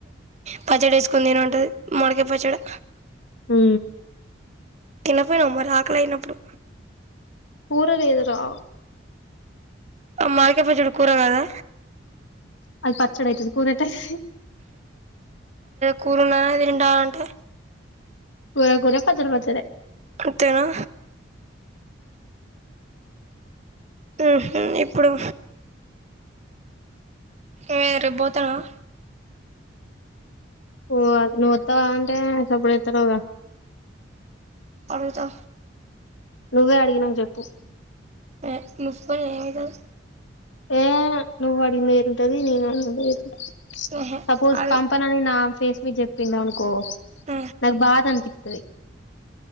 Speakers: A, on the right; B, on the left.
A: పచ్చడి వేసుకుని తిను అంటది మాడికాయ పచ్చడి
B: ఉ
A: తినకపోయినావ మరి ఆకలి అయినప్పుడు
B: కూర లేదు రా
A: మాడికాయ పచ్చడి కూర కదా
B: పచ్చడి అయితది కూర ఎట్ట అయిత
A: కూరలోనే తినిండాల అంటే
B: కూర కూర పచ్చడి పచ్చడే
A: అంతేనా ఆహా ఇప్పుడు ఏ రేపు పోతనావా
B: పోవాలి నువ్వుస్తా అంటే సప్పుడు జెస్తలేవుగా
A: వెళ్తే
B: నువ్వే అడిగినవ్ చెప్పు
A: ఏ ముసుకుని ఏం అయితది
B: ఏ నువ్వు ఇంటది నేను అడిగిన
A: ఆహా,
B: సపోజ్
A: అడు-
B: పంపనని నా ఫేస్ మీద చెప్పిండ అనుకో
A: ఆ,
B: నాక్ బాద్ అనిపిత్తది